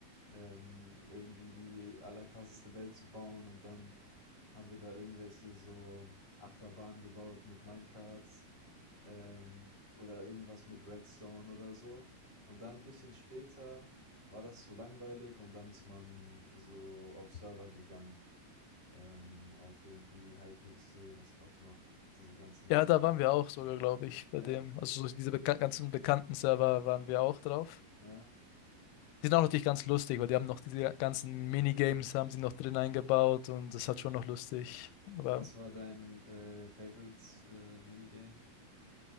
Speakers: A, on the left; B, on the left.
A: ähm, irgendwie die allerkrasseste Welt zu bauen und dann haben wir da irgendwelche so Achterbahnen gebaut mit Minecarts ähm, oder irgendwas mit Redstone oder so. Und dann ein bisschen später war das zu langweilig und dann ist man so auf Server gegangen ähm, auf irgendwie Hypixel, was gab's noch? Diese ganzen,
B: Ja, da waren wir auch sogar, glaube ich, bei
A: ja,
B: dem. Also so diese beka ganzen bekannten Server waren wir auch drauf.
A: ja.
B: Die sind auch natürlich ganz lustig, weil die haben noch diese ganzen Minigames haben sie noch drin eingebaut und das hat schon noch lustig. Aber
A: Was war dein äh, Favorite äh, Minigame?